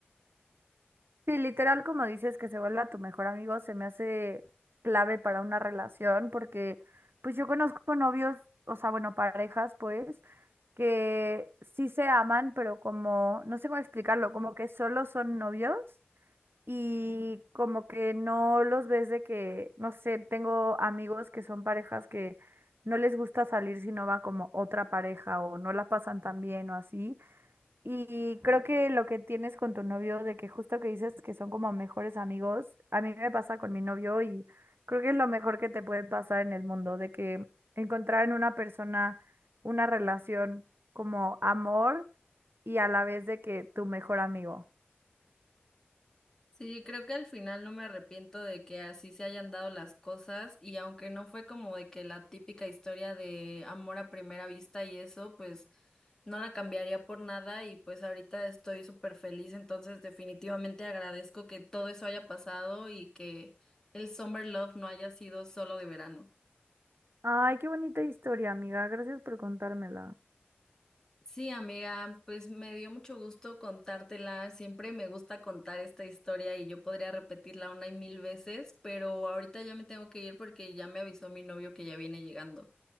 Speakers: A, on the right; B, on the left.
A: Sí, literal, como dices, que se vuelva tu mejor amigo, se me hace clave para una relación, porque pues yo conozco novios, o sea, bueno, parejas, pues, que sí se aman, pero como, no sé cómo explicarlo, como que solo son novios y como que no los ves de que, no sé, tengo amigos que son parejas que no les gusta salir si no va como otra pareja o no la pasan tan bien o así. Y creo que lo que tienes con tu novio, de que justo que dices que son como mejores amigos, a mí me pasa con mi novio y creo que es lo mejor que te puede pasar en el mundo, de que encontrar en una persona una relación como amor y a la vez de que tu mejor amigo.
B: Sí, creo que al final no me arrepiento de que así se hayan dado las cosas y aunque no fue como de que la típica historia de amor a primera vista y eso, pues no la cambiaría por nada y pues ahorita estoy súper feliz, entonces definitivamente agradezco que todo eso haya pasado y que el Summer Love no haya sido solo de verano.
A: Ay, qué bonita historia, amiga. Gracias por contármela.
B: Sí, amiga, pues me dio mucho gusto contártela. Siempre me gusta contar esta historia y yo podría repetirla una y mil veces, pero ahorita ya me tengo que ir porque ya me avisó mi novio que ya viene llegando.